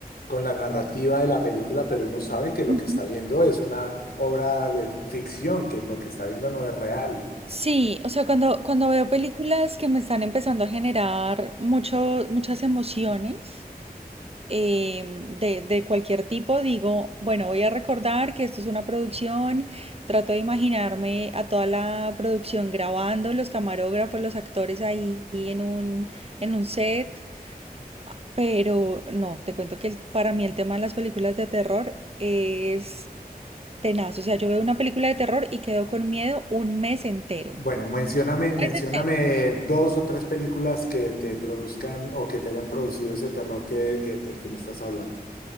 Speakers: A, on the left; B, on the right.
A: con la narrativa de la película, pero uno sabe que lo
B: ujú.
A: que está viendo es una obra de ficción, que lo que está viendo no es real.
B: Sí, o sea, cuando, cuando veo películas que me están empezando a generar mucho, muchas emociones. em, de, de cualquier tipo, digo, bueno, voy a recordar que esto es una producción, trato de imaginarme a toda la producción grabando, los camarógrafos, los actores ahí en un, en un set, pero no, te cuento que el- para mí el tema de las películas de terror es tenaz, o sea, yo veo una película de terror y quedo con miedo un mes entero. Un
A: Bueno, mencióname, mencióname
B: mes entero.
A: dos o tres películas que te produzcan o que te hayan producido ese terror que, que- del que me estás hablando.